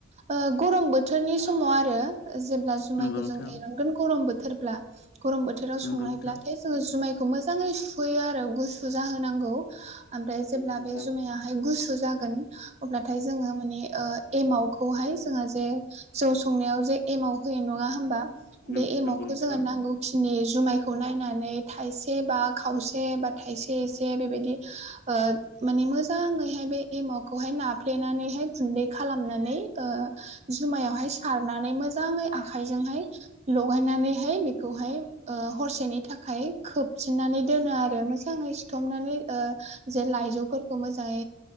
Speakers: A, on the right; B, on the left.
A: ओ गरम बोथोरनि समाव आरो जेब्ला जुमायखौ
B: नंगौ नोंथां
A: जों एर'नगोन गरम बोथोर ब्ला गरम बोथोराव
B: नंगौ
A: संनायब्लाथाय
B: नोंथां
A: जोङो जुमायखौ मोजाङै सुफैयो आरो गुसु जाहोनांगौ। ओमफ्राय
B: नंगौ
A: जेब्ला
B: नोंथां
A: बे जुमाया हाय गुसु जागोन अब्लाथाय जोङो माने ओ एमावखौहाय जोंहा जे जौ संनायाव जे एमाव होयो नङा होमबा?
B: नंगौ
A: बे एमावखौ
B: नोंथां
A: जोङो नांगौ खिनि जुमायखौ नायनानै थाइसे बा खावसे बा थाइसे एसे बेबायदि ओ माने मोजाङैहाय बे एमावखौहाय नाफ्लेनानैहाय गुन्दै खालामनानै ओ- जुमायावहाय सारनानै मोजाङै आखायजोंहाय लगायनानैहाय बेखौहाय ओ-हरसेनि थाखाय खोबफिननानै दोनो आरो मोजाङै सिथबनानै ओ-जे लाइजौफोरखौ मोजाङै